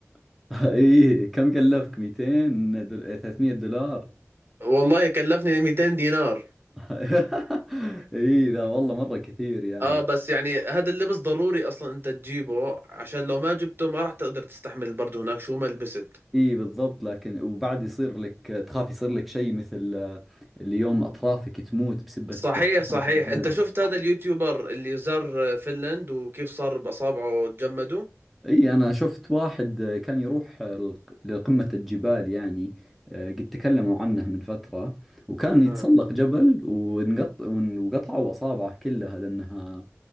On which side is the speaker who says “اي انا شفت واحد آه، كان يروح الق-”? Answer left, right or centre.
Centre